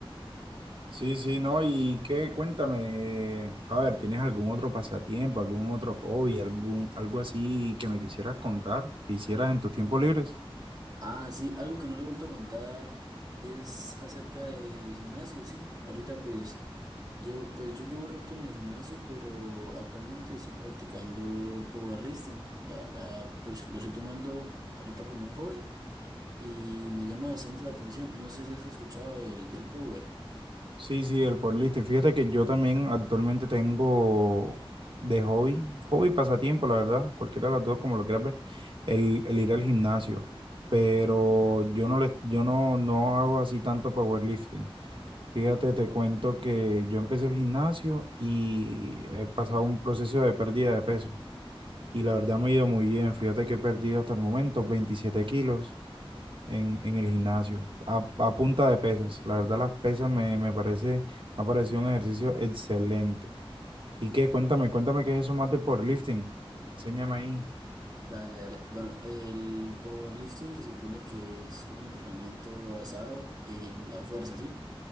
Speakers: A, on the right; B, on the right.
A: Sí, sí, no, y qué, cuéntame, Faber, ¿tienes algún otro pasatiempo, algún otro hobby, algún, algo así que me quisieras contar, que hicieras en tus tiempos libres?
B: Ah, sí, algo que no le he vuelto a contar es acerca del gimnasio, sí. Ahorita, pues, yo, pues, yo llevo rato en el gimnasio, pero actualmente estoy practicando powerlifting. La verdad, pues, lo estoy tomando ahorita como un hobby y me llama bastante la atención. No sé si has escuchado del, del power.
A: Sí, sí, el powerlifting. Fíjate que yo también actualmente tengo de hobby, hobby, y pasatiempo, la verdad, cualquiera de las dos, como lo quieras ver, el, el ir al gimnasio. Pero yo no le, yo no, no hago así tanto powerlifting. Fíjate, te cuento que yo empecé el gimnasio y he pasado un proceso de pérdida de peso. y la verdad me ha ido muy bien. Fíjate que he perdido hasta el momento 27 kilos en, en el gimnasio, a, a punta de pesas. La verdad las pesas me, me parece, me ha parecido un ejercicio excelente. ¿Y qué? Cuéntame, cuéntame qué es eso más de powerlifting. Enséñame ahí.
B: Dale, dale. Bueno, el powerlifting se supone que es un entrenamiento basado en la fuerza, ¿sí?